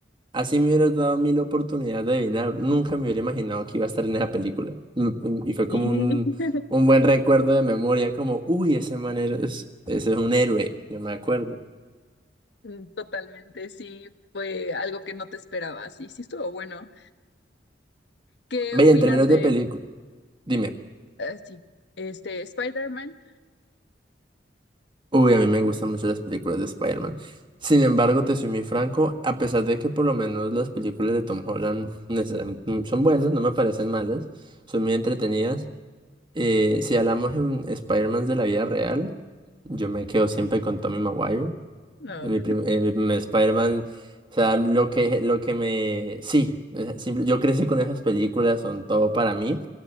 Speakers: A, on the right; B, on the left.
A: Así me hubieras dado mil oportunidades de adivinar. Nunca me hubiera imaginado que iba a estar en esa película. Mm, mm, Y fue como
B: Sí.
A: un,
B: <laughs>
A: un buen recuerdo de memoria, como, uy, ese man es, ese es un héroe, yo me acuerdo.
B: Mm, Totalmente, sí, fue algo que no te esperabas y sí estuvo bueno. ¿Qué
A: Veía,
B: opinas
A: en términos
B: de,
A: de película, dime,
B: ah, sí, este, Spider-Man?
A: uy, a mí me gustan mucho las películas de Spider-Man. Sin embargo, te soy muy franco, a pesar de que por lo menos las películas de Tom Holland necesariamente, mm, son buenas, no me parecen malas, son muy entretenidas. Eh, si hablamos en Spider-Man de la vida real, yo me quedo siempre con Tommy Maguire.
B: No.
A: En Mi, prim- eh, mi primer Spider-Man, o sea, lo que, lo que me... Sí, eh, simple- yo crecí con esas películas, son todo para mí.